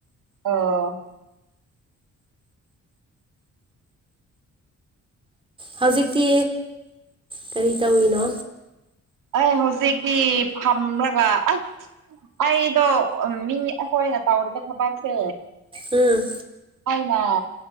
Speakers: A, on the right; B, on the right.
A: ꯑꫭ
B: ꯍꯧꯖꯤꯛꯇꯤ ꯀꯔꯤ ꯇꯧꯋꯤꯅꯣ
A: ꯑꯦ ꯍꯧꯖꯤꯛꯤ ꯐꯝꯂꯒ ꯑ ꯑꯩꯗꯣ ꯃꯤ ꯑꯩꯈꯣꯏꯅ ꯇꯧꯔꯤꯕ ꯊꯕꯛꯁꯦ
B: ꯎꯝ
A: ꯑꯩꯅ